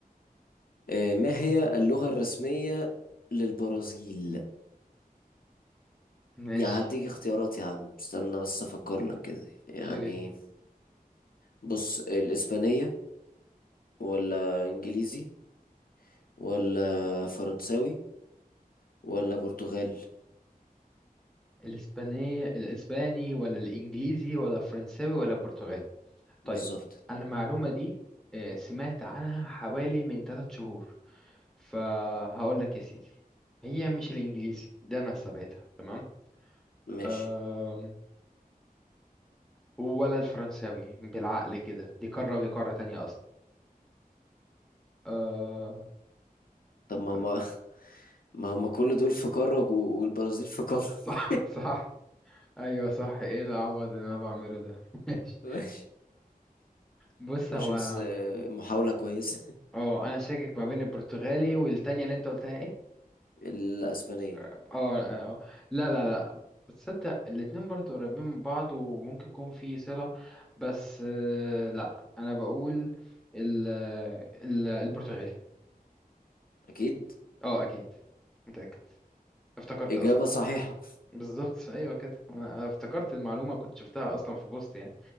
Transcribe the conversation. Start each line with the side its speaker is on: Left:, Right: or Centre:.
Left: آه، ما هي اللغه الرسميه للبرازيل
Centre: ماشي
Left: يا هديك اختيارات يا عم استنى بس افكر لك كده يعني
Centre: يا ريت
Left: بص الاسبانية ولا انجليزي ولا فرنساوي ولا برتغالي
Centre: الاسبانية الاسباني ولا الانجليزي ولا الفرنساوي ولا البرتغالي طيب
Left: بالظبط
Centre: انا المعلومة دي آه، سمعت عنها حوالي من ثلاث شهور فهقول لك يا سيدي هي مش الانجليزي ده انا سبقتها تمام
Left: ماشي
Centre: أم... ولا الفرنساوي بالعقل كده دي قارة ودي قارة تانية آه...
Left: طب ما
Centre: صح
Left: هما <laughs> ما هما كل دول في قارة و- والبرازيل في قارة <laughs>
Centre: صح صح ايوه صح ايه العبط اللي انا بعمله ده <laughs> ماشي
Left: ماشي
Centre: بص
Left: ماشي
Centre: هو
Left: بس آه، محاولة كويسة
Centre: اه انا شاكك ما بين البرتغالي والتانية اللي انت قلتها ايه
Left: الاسبانية
Centre: اه آه، آه. لا لا لا بتصدق الاتنين برضو قريبين من بعض وممكن يكون في صلة بس آه، لا انا بقول ال ال البرتغالي
Left: اكيد
Centre: اه اكيد متأكد افتكرت
Left: اجابة
Centre: اصلا
Left: صحيحة
Centre: بالظبط ايوه كده انا افتكرت المعلومة كنت شفتها اصلا في بوست يعني